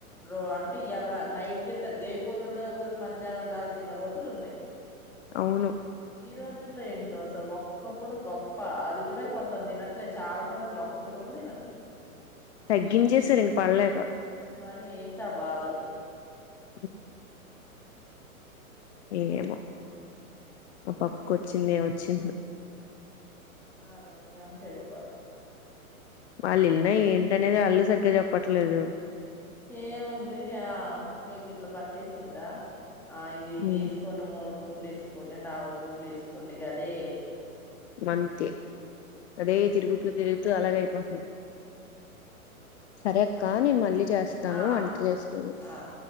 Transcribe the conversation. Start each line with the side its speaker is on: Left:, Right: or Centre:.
Centre: రో అంటే ఇలా నైట్ చేస్త రేపు పొద్దుడు మధ్యాహ్నం దాక తిన్న రోజులు ఉన్నాయి
Left: అవును
Centre: ఈ రోజుల్లో ఏంటో అసలు ఒక్కప్పుట గొప్ప అది కూడ కొందర్ తినట్లేదు చాల మంది అసలు ఒక్క పూట కూడ తినట్లేదు
Left: తగ్గించేసారు ఇక పడలేక
Centre: మరి ఏంట ఆ బాదలు
Left: హ ఏమో ఆ పప్పుకుొచ్చింది ఏమొచ్చి
Centre: ఆరోగ్యం చెడిపోతాయి
Left: వాళ్ళు ఎళ్ళిన ఏంటనేది వాళ్ళు సరిగ్గ చెప్పట్లేదు
Centre: ఏముంది ఆ మీకు ఇట్ల పట్టేసిందా ఆ ఇది ఇది
Left: హ్మ్
Centre: వేసుకోండి మూడు పూట్ల వేసుకోండి నాలుగు పూట్ల వేసుకోండి ఇగ గదే
Left: మంతె అదే తిరుగుతూ తిరుగుతూ అలాగ అయిపో
Centre: హ
Left: సరే అక్క నేన్ మళ్లి చేస్తాను
Centre: ఆ
Left: వంట చేస్త
Centre: ఆ